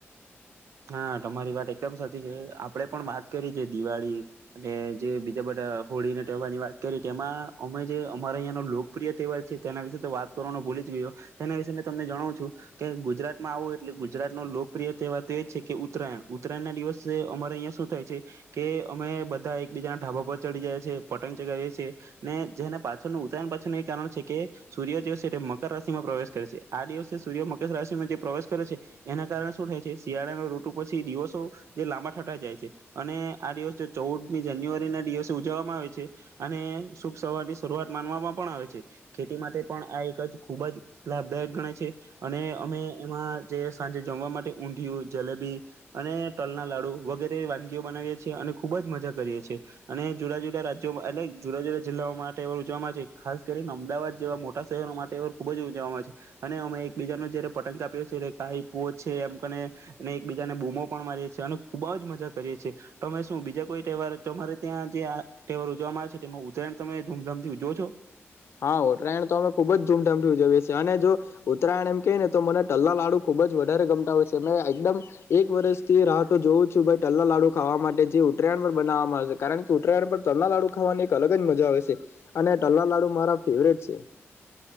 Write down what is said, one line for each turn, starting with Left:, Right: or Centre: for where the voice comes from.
Right: હા, તમારી વાત એકદમ સાચી છે. આપણેે પણ વાત કરી જે દિવાળી અને જે બીજા બધા હોળી ના તહેવારની વાત કરી તેમાં અમે જે અમારા અહીંનો લોકપ્રિય તહેવાર છે. તેના વિશે તો વાત કરવાનો ભૂલી જ ગયો તેના વિશેે મેં તમને જણાવું છું, કે ગુજરાતમાં આવું એટલે ગુજરાત ન લોકપ્રિય તહેવાર એ જ છે કે ઉતરાયણ. ઉત્તરાયણ ના દિવસે અમારે અહિયા શું થાય છે, કે અમે બધા એકબીજાના ઢાબા પર ચડી ગયા છીએ, પતંગ ચગાવીએ છીએ અને જેના પાછળનું ઉત્તરાયણ પાછળનું એ કારણ છે, કે સૂર્ય જે મકર રાશિમાં પ્રવેશ કરે છે આ દિવસે સૂર્ય મકર રાશિમાં જે પ્રવેશ કરે છે એના કારણે શું થાય છે? શિયાળાનીનો ઋટુ પછી દિવસો જે લાંબા થતા જાય છે અને આ દિવસ જે ચૌદમી જાન્યુઆરી ના દિવસે ઉજવવામાં આવે છે, અને શુભ સવારની શરૂઆત માનવામાં પણ આવે છે. ખેતી માટે પણ આ એક જ ખૂબ જ લાભદાયક ગણાય છે, અને અમે એમાં જે સાંજે જમવા માટે ઉ ધીયુ, જલેબી અને તલના લાડુ વગેરે વાનગીઓ બનાવીએ છીએ, અને ખૂબ જ મજા કરીએ છીએ, અને જુદા-જુદા રાજ્યોમાં એટલે જુદા-જુદા જિલ્લાઓ માટે ઉજવામાં આવે છે. ખાસ કરીને અમદાવાદ જેવા મોટા શહેરો માટે ખૂબ જ ઉજવામાં આવે છે, અને અમે એકબીજાનો જયારે પટંગ કાપીએ છીએ કાઈ પો છે એમ કને અને એકબીજાને બૂમો પણ મારીએ છીએ, અને ખુબ જ મજા કરીએ છીએ. તમે શું બીજા કોઈ તહેવાર તમારે ત્યાં જે આ તહેવાર ઉજવામાં આવે છે તેમાં ઉતરાયણ તમે ધૂમધામથી ઉજવો છો?
Left: હા ઉત્તરાયણ તો અમે ખુબ જ ધૂમધામથી ઉજવીએ છીએ, અને જો ઉત્તરાયણ એમ કે ને તો મને તલના લાડુ ખુબ જ વધારે ગમતા હોય છે. મે એકદમ એક વર્ષથી રાહ તો જોવું છું ભાઈ તલના લાડુ ખાવા માટે જે ઉત્તરાયણ પર બનાવવામાં આવે છે, કારણ કે ઉત્તરાયણ પર તલના લાડુ ખાવાની એક અલગ જ મજા આવે છે. અને તલના લાડુ મારા ફેવરિટ છે.